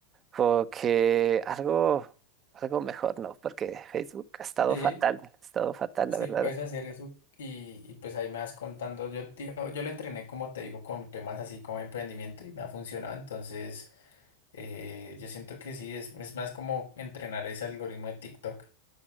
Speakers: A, on the right (about 30°); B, on the left (about 90°).
A: como que algo, algo mejor, ¿no? Porque Facebook ha estado
B: Sí,
A: fatal, ha estado fatal,
B: sí,
A: la verdad.
B: puedes hacer eso. Y, y pues ahí me vas contando. Yo, te digo, yo lo entrené, como te digo, con temas así como emprendimiento y me ha funcionado. Entonces, eh, yo siento que sí, es, es más como entrenar ese algoritmo de TikTok.